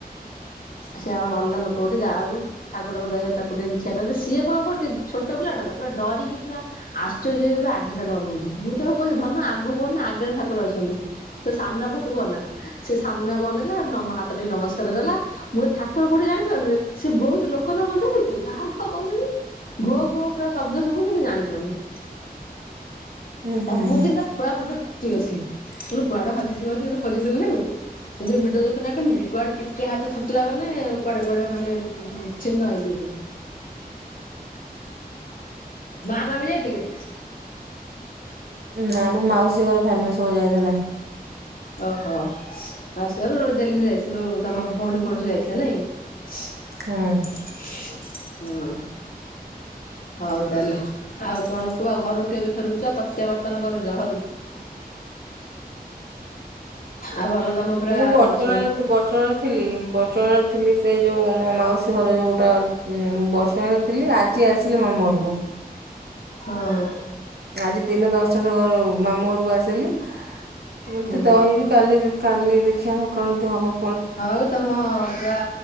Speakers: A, on the left (about 60°); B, on the right (about 85°).
A: ସେ ଆମ ଅଲଗା ଲୋକ ଗୋଟେ ଯାହା ହଉ। ଠାକୁରଙ୍କ ଦୟାରୁ ତାକୁ ଟିକେ ଠିଆ କରିଦେଲି ସିଏ କଣ କରୁଛି ଛୋଟ ପିଲା ତ ପୁରା ଡରିକି ପୁରା ଆଶ୍ଚର୍ଯ୍ୟ ହେଇକି ପୁରା ଆଡେ ସେୟାଡେ ଅନଉଛି ମୁଁ ତାକୁ କହୁଛି ଧନ ଆଗକୁ ଅନା ଆଗରେ ଠାକୁର। ଠାକୁର ଅଛନ୍ତି ତ ସାମ୍ନା ପଟୁକୁ ଅନା ସେ ସାମ୍ନାକୁ ଅନେଇଲା ଆଉ ହାତ ଟେକି ନମସ୍କାର କଲା। ମୁଁ କହିଲି ଠାକୁର କୋଉଠି ଜାଣିପାରିଲୁ ସେ ବହୁତ ଲୋକଙ୍କ ମନ୍ଦିର ଭିତରେ କାହା କାହା କହୁଛନ୍ତି। ଘୋ ଘୋ ପୁରା ଶବ୍ଦ ଶୁଭୁନି ସେ ଜାଣି ପାରୁନି।
B: ଉୁଁ ହୁଁ
A: ତମକୁ ବି ତ ପୁରା ଭାବରେ ବୁଝି ଗଲିଣି କେ କୁଆଡେ ହଜିଯିବେ ଖୋଜୁଥିବୁ ତାକୁ ଯ ଭିଡ ଦେଖୁନା କେମିତି କୁଆଡେ ଟିକେ ହାତ ଛୁଟିଲା ମାନେ କୁଆଡେ କୁଆଡେ ମାନେ ଛିନ୍ନ ହେଇଯିବ ସବୁ। ମା ବାପା ବି ଯାଇଥିଲେ।
B: ନା ମୋ ମାଉସୀ ଘର ଫ୍ୟାମିଲି ସବୁ ଯାଇଥିଲେ।
A: ଓହୋ ମାଉସୀ ଘରୁ ଯାଇଥିଲୁ ତମ ଭଉଣୀ ଭଉଣୀ ସବୁ ଯାଇଥିଲା ନେଇଁ। ହଁ।
B: ହୁଁ।
A: ହୁଁ। ହଉ ତାହେଲେ ଆଉ କଣ କୁହ ଆଉ ଘରକୁ କେବେ ଫେରୁଛ ପ୍ରତ୍ୟାବର୍ତ୍ତନ କରୁଛ ଘରକୁ। ଆଉ ଭଲ ତମ। ପୁରା
B: ମୁଁ ବଟଚଣାରେ
A: ହଁ
B: ବଚଣା ରେ ଥିଲି ବଚଣା ରେ ଥିଲି ସେ ଯୋଉ ମୋ ମାଉସୀ ଘର ଯୋଉଟା। ସେ ବର୍ଷମାନରେ ଥିଲି ଆଜି ଆସିଲି ମାମୁଁ ଘରକୁ
A: ହଁ ହଁ
B: ଆଜି ଦିନ ଦଶଟାରେ ଘର ମାମୁ ଘରକୁ ଆସିଲି ମୋତେ
A: ହଁ
B: ଦହିବି କାଲି କାଲି ଦେଖିବା ସକାଳୁ ହେବ
A: ହଉ ତମ ପୁରା